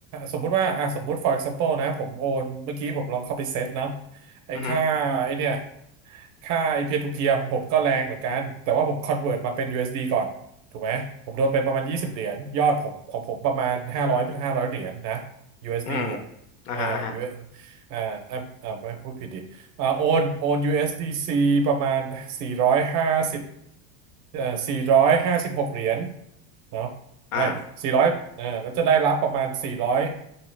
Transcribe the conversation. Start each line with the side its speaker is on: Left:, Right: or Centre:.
Right: สมมุติว่าอ่ะสมมุติ for example นะผมโอนเมื่อกี้ผมลองเข้าไปเซตเนาะไอ้ค่าไอ้เนี่ย
Left: อืมอหือ
Right: ค่าไอ้เพียร์ทูเพียร์ของผมก็แรงเหมือนกันแต่ว่าผมคอนเวิร์ตมาเป็น USD ก่อนถูกไหมผมโดนไปประมาณ20เหรียญยอดผมของผมประมาณ500้าร้อยห้าร้อยเหรียญนะ USD
Left: ืม
Right: อสดีอ่ะเอ่า
Left: อ่าฮะอ่าฮะ
Right: US อสอ่าอ่าอ่าไม่พูดผิดดิอ่าโอนโอน USDC ประมาณ450 เอ่อสี่ร้อยห้าสิบหกเหรียญเนาะ
Left: อ่า
Right: ไอ้สี่ร้อยเอ่อแล้วจะได้รับประมาณสี่ร้อย